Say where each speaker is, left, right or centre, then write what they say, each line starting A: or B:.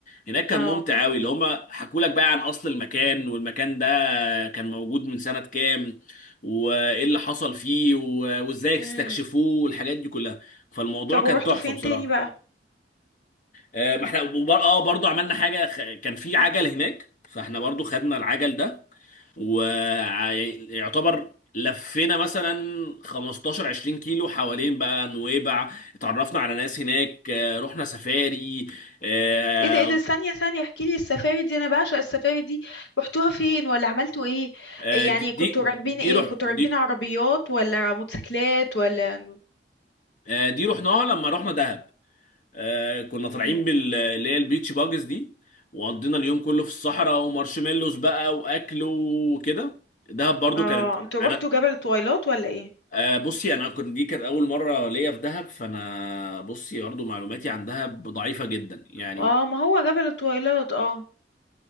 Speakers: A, on the left; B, on the left.
A: هناك كان
B: اه
A: ممتع قوي اللي هم حكوا لك بقى عن اصل المكان والمكان ده آه، كان موجود من سنه كام وايه اللي حصل فيه و- وازاي
B: امم
A: استكشفوه والحاجات دي كلها فالموضوع
B: طب
A: كان
B: ورحتوا
A: تحفه
B: فين
A: بصراحه
B: تاني بقى
A: آه، ما احنا وبر- اه برضه عملنا حاجه خ- كان في عجل هناك فاحنا برضه خدنا العجل ده ويعتبر لفينا مثلا 15 20 كيلو حوالين بقى نويبع اتعرفنا على ناس هناك آه، رحنا سفاري آه،
B: ايه ده ايه ده ثانية ثانية احكي لي السفاري دي انا بعشق السفاري دي رحتوها فين ولا عملتوا ايه
A: آه،
B: يعني
A: دي
B: كنتوا
A: دي
B: راكبين
A: دي
B: ايه
A: رح
B: كنتوا
A: دي
B: راكبين عربيات ولا موتوسيكلات ولا
A: آه، دي رحناها لما رحنا دهب آه، كنا طالعين
B: امم
A: بال اللي هي البيتش باجز دي وقضينا اليوم كله في الصحراء ومارشميلوز بقى واكل وكده دهب برضو
B: اه
A: كانت
B: انتوا رحتوا
A: انا
B: جبل طويلات ولا ايه
A: آه، بصي انا كنت دي كانت اول مره ليا في دهب فانا بصي برضه معلوماتي عن دهب ضعيفه جدا يعني
B: اه ما هو جبل التويلات اه